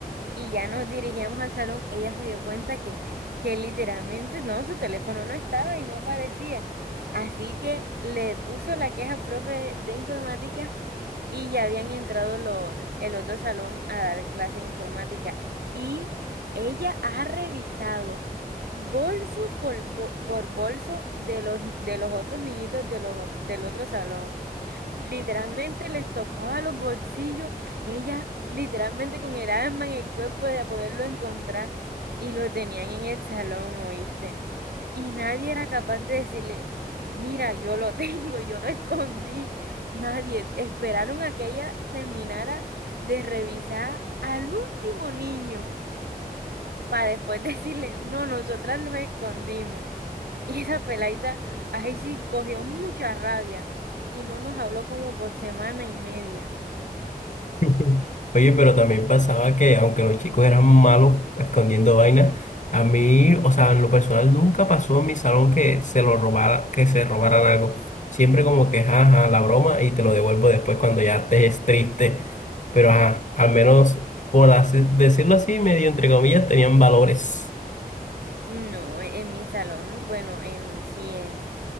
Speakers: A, on the right; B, on the left.
A: y ya nos dirigíamos al salón, ella se dio cuenta que, que literalmente no, su teléfono no estaba y no aparecía. Así que le puso la queja al profe de, de informática y ya habían entrado lo- el otro salón a dar clase de informática. Y ella ha revisado. Bolso por, bo- por bolso de los, de los otros niñitos de los otro- del otro salón. Literalmente les tocaba los bolsillos. Ella, literalmente con el alma en el cuerpo de poderlo encontrar. Y lo tenían en el salón, ¿oíste? Y nadie era capaz de decirle, mira, yo lo <laughs> tengo, yo lo escondí. Nadie. Esperaron a que ella terminara de revisar al último niño para después <laughs> decirle, no, nosotras los escondimos. Y esa peladita, ahí sí cogió mucha rabia y no nos habló como por semana y media.
B: <laughs> Oye, pero también pasaba que aunque los chicos eran malos escondiendo vainas, a mí, o sea, en lo personal nunca pasó en mi salón que se lo robara, que se robaran algo. Siempre como que, ajá, ajá, la broma y te lo devuelvo después cuando ya te es triste. Pero ajá, al menos por así, decirlo así, medio entre comillas, tenían valores.
A: No, e- en mi salón, bueno, en sí, en,